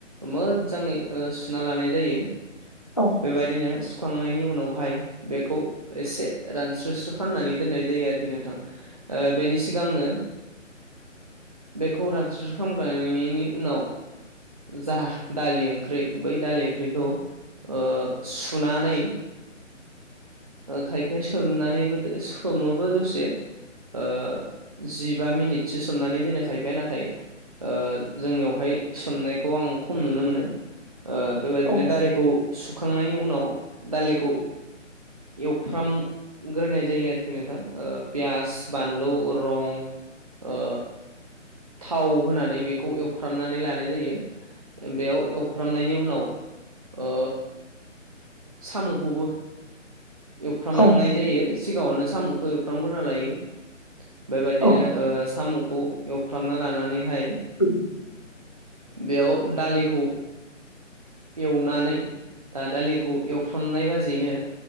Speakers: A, on the right (about 30°); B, on the left (about 25°).
A: मोजाङै सुना लानाय जायो।
B: औ।
A: बेबायदिनो सुखांनायनि उनावहाय बेखौ एसे रानस्रो स्रो खालामनानै दोननाय जायो आरोखि नोंथां। बेनि सिगांनो बेखौ रानस्रो स्रो खालामग्रोनायनि उनाव जा दालि ओंख्रि बै दालि ओंख्रिखौ ओ सुनानै खायफाया सोमनानैबो दो सोमोबो दसे ओ जिबा मिनिटसो सोमनानै दोनो खायफाया नाथाय ओ जोंनियावहाय सोमनायखौ आं खम नुनो मोनो। ओ बेबायदिनो
B: औ
A: दालिखौ सुखांनायनि उनाव दालिखौ एवफ्रामग्रोनाय जायो आरोखि नोंथां ओ पियास बान लौ रं ओ थाव होनानै बेखौ एवफ्रामनानै लानाय जायो। बेयाव एवफ्रामनायनि उनाव ओ साम'खौबो एवफ्रामनाय
B: औ
A: जायो सिगाङावनो साम' बो एवफ्रामग्रोना लायो बेबायदिनो
B: औ
A: साम'खौ एवफ्रामना लानानैहाय।
B: <inaudible>
A: बेयाव दालिखौ एवनानै दा दालिखौ एवफ्रामनाय बाजैैनो